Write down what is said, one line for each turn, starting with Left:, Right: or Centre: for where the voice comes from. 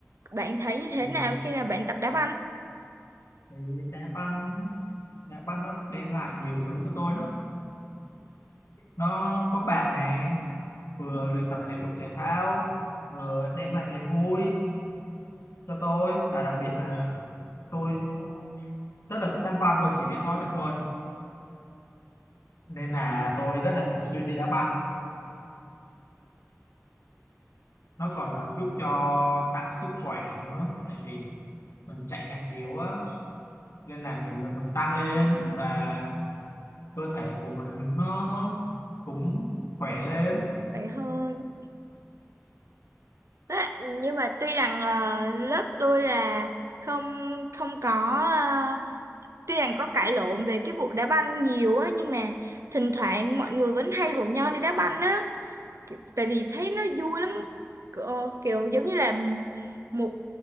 Right: bạn thấy như thế
Left: thì,
Right: nào khi nào bạn tập đá banh
Left: thì đá banh đá banh nó đem lại nhiều thứ cho tôi lắm nó có bạn này vừa luyện tập thể dục thể thao vừa đem lại niềm vui cho tôi và đặc biệt là tôi rất là thích đá banh tôi chỉ biết nói vậy thôi nên là tôi rất là thường xuyên đi đá banh nó còn ờ, giúp cho tăng sức khỏe nữa tại vì mình chạy nhảy nhiều á nên là thể lực mình tăng lên và cơ thể của mình nó cũng khỏe lên
Right: vậy hơn Đó, nhưng mà tuy rằng ờ, lớp tôi là không không có ờ, tuy rằng có cãi lộn về cái vụ đá banh nhiều á nhưng mà thỉnh thoảng mọi người vẫn hay rủ nhau đi đá banh á Ki- tại vì thấy nó vui lắm kiểu, kiểu giống như là một